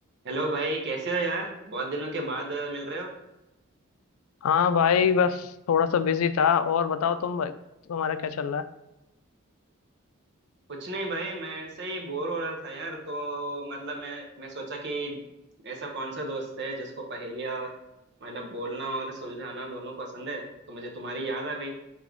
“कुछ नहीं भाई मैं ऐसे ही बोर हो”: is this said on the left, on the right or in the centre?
Right